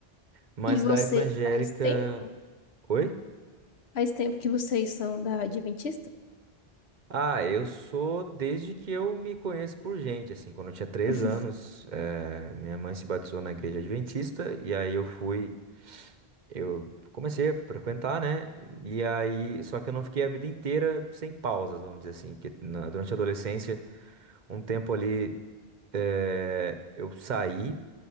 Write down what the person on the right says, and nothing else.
Mas
da evangélica,
oi?
Ah, eu sou desde que eu me conheço por gente, assim, quando eu tinha três
anos, eh, minha mãe se batizou na igreja adventista, e aí eu fui, eu comecei a frequentar, né? E aí, só que eu não fiquei a vida inteira sem pausas, vamos dizer assim, porque na- durante a adolescência um tempo ali eh, eu saí.